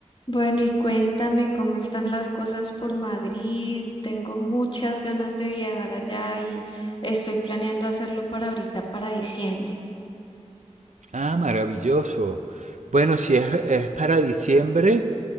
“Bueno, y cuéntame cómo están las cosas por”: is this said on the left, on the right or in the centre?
Left